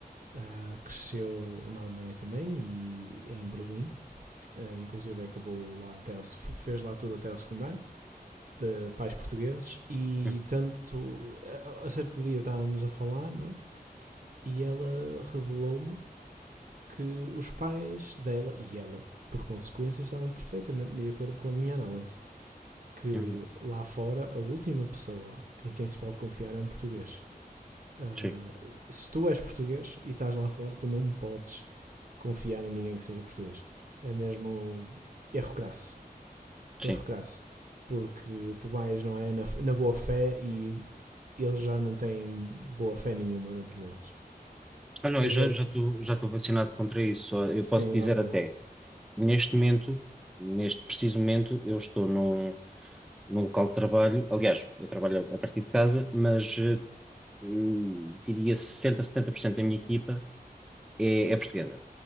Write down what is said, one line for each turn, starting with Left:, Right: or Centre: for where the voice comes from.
Right: ah, cresceu na Alemanha também e em Berlim, Ah, inclusive acabou lá até ao, fez lá tudo até ao secundário de pais portugueses e
Centre: Uhum.
Right: tanto a, a certo dia estávamos a falar, não é? e ela revelou-me que os pais dela e ela, por consequência, estavam perfeitamente de acordo com a minha análise. Que
Centre: Uhum.
Right: lá fora a última pessoa em quem se pode confiar é um português. Ah,
Centre: Sim,
Right: se tu és português e estás lá fora, tu não podes confiar em ninguém que seja português. É mesmo erro crasso.
Centre: sim.
Right: Erro crasso. Porque tu vais, não é? Na, na boa fé e eles já não têm boa fé nenhuma dentro deles.
Centre: Ah, não,
Right: Seja.
Centre: eu já já estou já estou vacinado contra isso. Só Eu
Right: Sim,
Centre: posso dizer
Right: lá está.
Centre: até, neste momento, neste preciso momento, eu estou num, num local de trabalho. Aliás, eu trabalho a partir de casa, mas eh, hum, diria sessenta, setenta por cento da minha equipa é, é portuguesa.